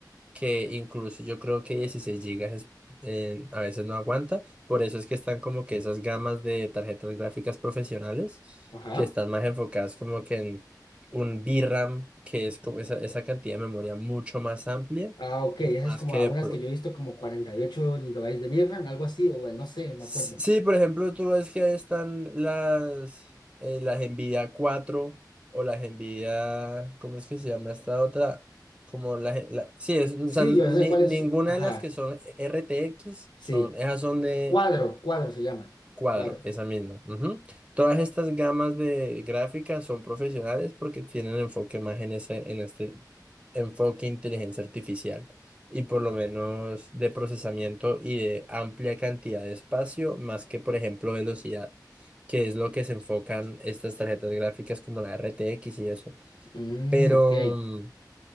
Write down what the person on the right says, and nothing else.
que incluso yo creo que 16 gigas es- eh, a veces no aguanta, por eso es que están como que esas gamas de tarjetas gráficas profesionales
que están más enfocadas como que en un VRAM, que es como esa, esa cantidad de memoria mucho más amplia,
más
que...
Sí,
por ejemplo, tú ves que ahí están las, eh, las Nvidia 4 o las Nvidia, ¿cómo es que se llama esta otra? Como la, gen- la- sí, es- o
sea, ni-
ninguna
de las que son RTX
son, esas son de,
Cuadro,
esa misma. ujú. Todas estas gamas de gráficas son profesionales porque tienen enfoque más en ese, en este enfoque inteligencia artificial y por lo menos de procesamiento y de amplia cantidad de espacio, más que por ejemplo velocidad, que es lo que se enfocan estas tarjetas gráficas como la RTX y eso.
Pero
mm,